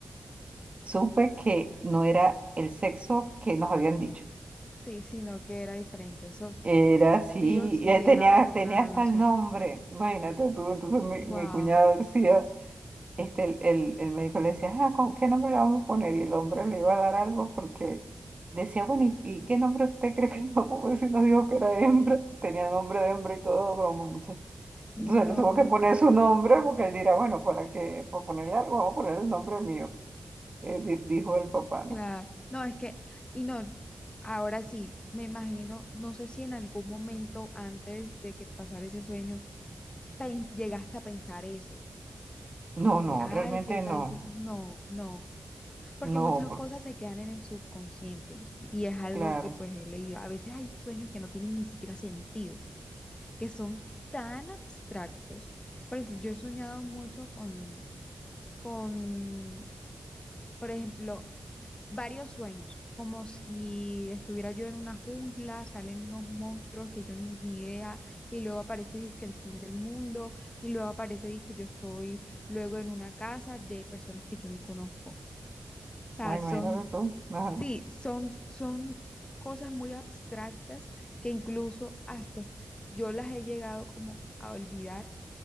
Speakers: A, on the right; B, on the left.
A: supe que no era el sexo que nos habían dicho.
B: Sí, sí, no, que era diferente. Eso
A: Era así,
B: sí o sí
A: y eh,
B: era
A: tenía,
B: una
A: tenía
B: relación,
A: hasta el nombre, imagínate tú, entonces mi,
B: Wow,
A: mi cuñado decía... este, el, el, el médico le decía, ah, ¿con qué nombre le vamos a poner? Y el hombre le iba a dar algo porque decía, bueno, ¿y, y qué nombre usted cree que le vamos a poner si nos dijo que era hembra? <laughs> Tenía nombre de hembra y todo, broma, muchachos.
B: no,
A: Entonces le tuvo que poner su nombre porque él dirá, bueno, para que, por ponerle algo, vamos a poner el nombre mío, eh, di- dijo el papá, ¿no?
B: claro. No, es que, y no, ahora sí, me imagino, no sé si en algún momento antes de que pasara ese sueño, pens- llegaste a pensar eso Como
A: No, no,
B: que, ay,
A: realmente
B: ¿qué tal
A: no,
B: si? No, no, porque
A: no,
B: muchas
A: por-
B: cosas se quedan en el subconsciente y es algo
A: claro.
B: que pues he leído. A veces hay sueños que no tienen ni siquiera sentido, que son tan abstractos. Por ejemplo, yo he soñado mucho con, con, por ejemplo, varios sueños, como si estuviera yo en una jungla, salen unos monstruos que yo ni, ni idea, y luego aparece dizque el fin del mundo, y luego aparece dizque yo estoy luego en una casa de personas que yo ni conozco. O sea,
A: Ah, imagínate
B: son,
A: tú. Ajá,
B: sí, son, son cosas muy abstractas que incluso hasta s- yo las he llegado como a olvidar